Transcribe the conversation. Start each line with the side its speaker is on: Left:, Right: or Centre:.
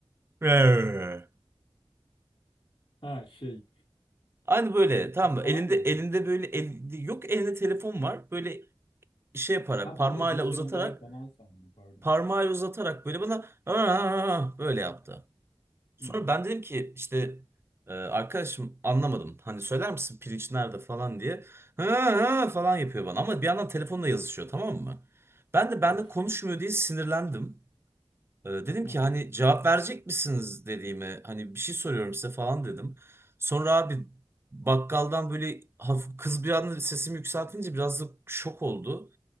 Right: "Eee."
Left: Ne dedi? Ha şey.
Right: Aynı böyle
Left: Dilsiz
Right: tamam mı?
Left: falan
Right: Elinde
Left: mı?
Right: elinde böyle el- yok elinde telefon var. Böyle şey yaparak
Left: Ha
Right: parmağıyla
Left: ben de zihinsel
Right: uzatarak
Left: engelli falan sandım pardon.
Right: parmağıyla uzatarak böyle bana "Aa!" böyle yaptı. Sonra
Left: Hı hı.
Right: ben dedim ki işte e, arkadaşım anlamadım. Hani söyler misin pirinç nerede falan diye. Ha, ha falan yapıyor bana ama bir yandan telefonla yazışıyor tamam mı? Ben de ben
Left: Of.
Right: de konuşmuyor diye sinirlendim. E, dedim
Left: Hı
Right: ki
Left: hı.
Right: hani cevap verecek misiniz dediğime hani bir şey soruyorum size falan dedim. Sonra abi bakkaldan böyle hafif, kız bir anda sesimi yükseltince biraz da şok oldu.